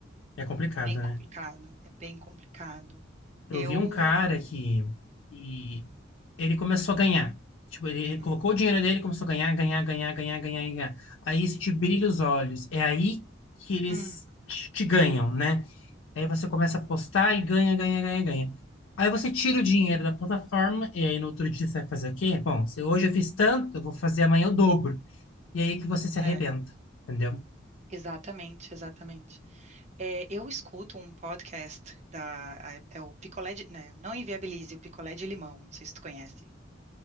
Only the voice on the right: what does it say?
é bem complicado.
É bem complicado.
Eu
hum,
hum, hum.
é.
Exatamente, exatamente. É, eu escuto um podcast da, a- é o Picolé de, né, não Inviabilize, o Picolé de Limão, não sei se tu conhece.